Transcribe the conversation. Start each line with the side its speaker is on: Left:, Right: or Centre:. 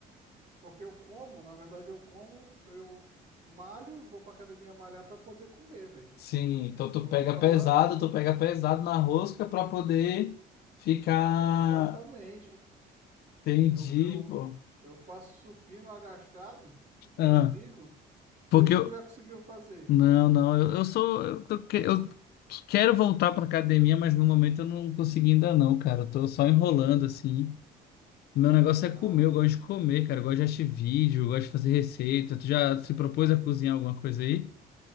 Right: Porque eu como, na verdade eu como, eu malho, vou pra academia malhar pra poder comer, velho.
Left: Sim, então
Right: Eu
Left: tu
Right: vou
Left: pega
Right: te falar
Left: pesado, tu pega pesado na rosca pra poder ficar.
Right: exatamente.
Left: Entendi,
Right: Eu, eu,
Left: pô.
Right: eu faço supino agachado, meu
Left: Ah,
Right: amigo. Não
Left: porque
Right: sei se tu
Left: eu.
Right: já conseguiu fazer.
Left: Não, não, eu, eu sou. Eu, tô que- eu quero voltar pra academia, mas no momento eu não consegui ainda não, cara. Eu tô só enrolando assim. Meu negócio
Right: Ah,
Left: é comer, eu gosto de comer, cara. Eu gosto de assistir vídeo, eu gosto de fazer receita. Tu já se propôs a cozinhar alguma coisa aí?